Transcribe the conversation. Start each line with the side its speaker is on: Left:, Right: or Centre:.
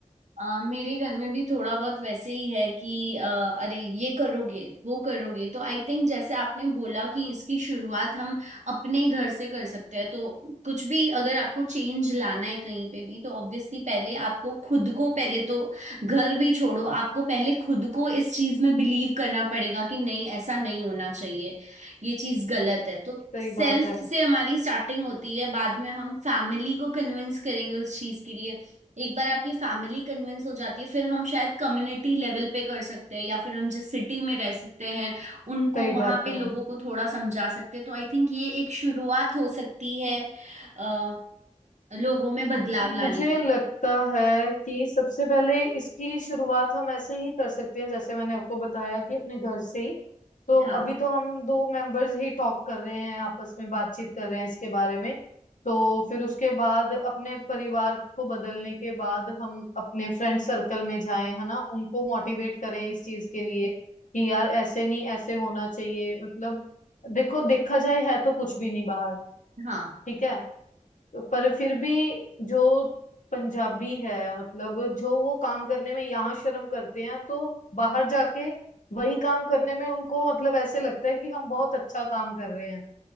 Right: आ, मेरे घर में भी थोड़ा बहुत वैसे ही है कि अ, अरे ये करोगे वो करोगे तो आई थिंक जैसे आपने बोला कि इसकी शुरुआत हम अपने घर से कर सकते हैं तो कुछ भी अगर आपको चेंज लाना है कहीं पे भी तो ऑब्वियसली पहले आपको खुद को पहले तो घर भी छोड़ो आपको पहले खुद को इस चीज में बिलीव करना पड़ेगा कि नहीं ऐसा नहीं होना चाहिए ये चीज गलत है तो
Left: सही
Right: सेल्फ
Left: बात है
Right: से हमारी स्टार्टिंग होती है बाद में हम फैमिली को कन्विंस करेंगे उस चीज के लिए एक बार आपकी फैमिली कन्विंस हो जाती है फिर हम शायद कम्युनिटी लेवल पे कर सकते हैं या फिर हम जिस सिटी में रह सकते हैं उनको
Left: सही
Right: वहां
Left: बात
Right: पे
Left: है
Right: लोगों को थोड़ा समझा सकते हैं तो आई थिंक ये एक शुरुआत हो सकती है अ, लोगों में बदलाव लाने
Left: मुझे
Right: की
Left: लगता है कि सबसे पहले इसकी शुरुआत हम ऐसे ही कर सकते हैं जैसे मैंने आपको बताया कि अपने घर से ही तो
Right: हाँ
Left: अभी तो हम दो मेंबर्स ही टॉक कर रहे हैं आपस में बातचीत कर रहे हैं इसके बारे में तो फिर उसके बाद अपने परिवार को बदलने के बाद हम अपने फ्रेंड सर्कल में जाएं है ना उनको मोटिवेट करें इस चीज के लिए कि यार ऐसे नहीं ऐसे होना चाहिए मतलब देखो देखा जाए है तो कुछ भी नहीं बाहर
Right: हाँ
Left: ठीक है पर फिर भी जो पंजाबी है मतलब जो वो काम करने में यहाँ शर्म करते हैं तो बाहर जाके वही काम करने में उनको मतलब ऐसे लगता है कि हम बहुत अच्छा काम कर रहे हैं